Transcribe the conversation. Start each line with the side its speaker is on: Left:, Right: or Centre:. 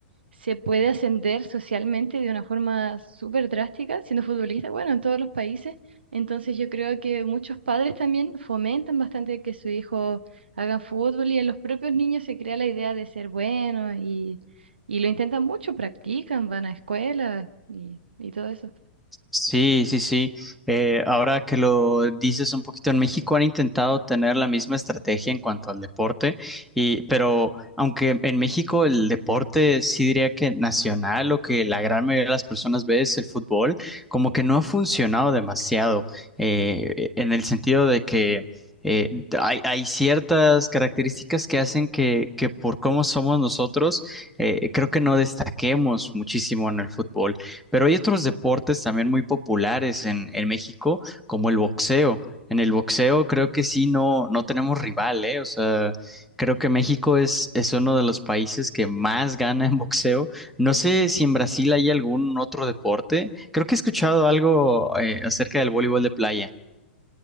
Right: se puede ascender socialmente de una forma súper drástica siendo futbolista, bueno, en todos los países. Entonces yo creo que muchos padres también fomentan bastante que su hijo hagan fútbol y en los propios niños se crea la idea de ser bueno y, y lo intentan mucho, practican, van a escuelas y, y todo eso.
Centre: Sí, sí, sí. Eh, ahora que lo dices un poquito, en México han intentado tener la misma estrategia en cuanto al deporte, y, pero aunque en México el deporte sí diría que nacional o que la gran mayoría de las personas ve es el fútbol, como que no ha funcionado demasiado eh, en el sentido de que eh, hay, hay ciertas características que hacen que, que por cómo somos nosotros, eh, creo que no destaquemos muchísimo en el fútbol. Pero hay otros deportes también muy populares en, en México, como el boxeo. En el boxeo creo que sí, no, no tenemos rival, ¿eh? O sea, creo que México es, es uno de los países que más gana en boxeo. No sé si en Brasil hay algún otro deporte. Creo que he escuchado algo eh, acerca del voleibol de playa.